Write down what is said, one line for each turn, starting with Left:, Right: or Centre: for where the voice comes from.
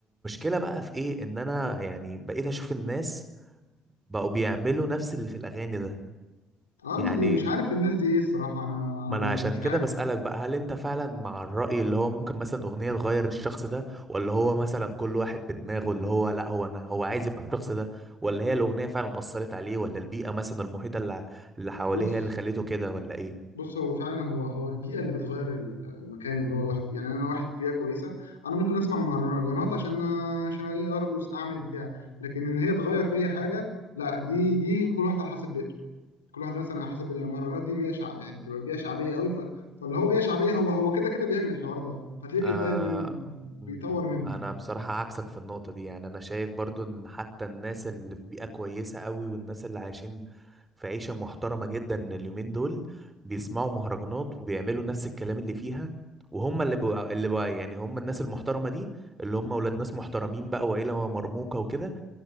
Right: بقى في ايه ان انا يعني بقيت اشوف الناس بقوا بيعملوا نفس اللي في الاغاني ده
Left: اه
Right: يعني
Left: دي دي مش عارف الناس دي ايه الصراحة انا
Right: ما
Left: انا
Right: انا عشان
Left: مش
Right: كده
Left: عارف
Right: بسألك بقى هل انت فعلا مع الرأي اللي هو ممكن مثلا أغنية تغير الشخص ده ولا هو مثلا كل واحد بدماغه اللي هو لا هو انا هو عايز يبقى الشخص ده ولا هي الأغنية فعلا أثرت عليه ولا البيئة مثلا المحيطة اللي اللي حواليه
Left: بص
Right: هي اللي خليته كده ولا ايه
Left: بص هو فعلا هو هو البيئة اللي بتغير ال- المكان اللي هو الواحد فيه يعني انا واحد في بيئة كويسة انا ممكن اسمع مهرجانات عشان عشان ايه ارقص اعمل بتاع لكن ان هي تغير فيا حاجة لا دي دي كل واحد على حسب بيئته كل واحد مثلا على حسب بيئته. يعني المهرجانات دي بيئة شع... يعني بتبقى بيئة شعبية قوي ف... فاللي هو بيئة شعبية هو هو كده كده بيعمل الحوار ده فتلاقيه
Right: آه
Left: بيغير منه بيطور
Right: م-
Left: منه
Right: انا بصراحة عكسك في النقطة دي يعني انا شايف برضو ان حتى الناس اللي في بيئة كويسة قوي والناس اللي عايشين في عيشة محترمة جدا اليومين دول بيسمعوا مهرجانات وبيعملوا نفس الكلام اللي فيها وهم اللي بقى اللي بقى يعني هم الناس المحترمة دي اللي هم ولاد ناس محترمين بقى وعيلة مرموقة وكده